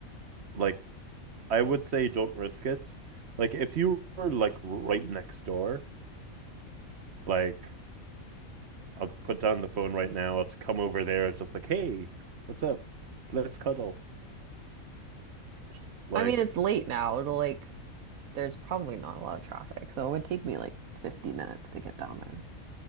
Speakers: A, on the right (about 50°); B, on the right (about 80°).
A: like I would say don't risk it. Like if you were like right next door, like I'll put down the phone right now. I'll come over there. It's just like, hey, what's up? Let's cuddle. Just like,
B: I mean, it's late now. It'll like, there's probably not a lot of traffic, so it would take me like 50 minutes to get down there.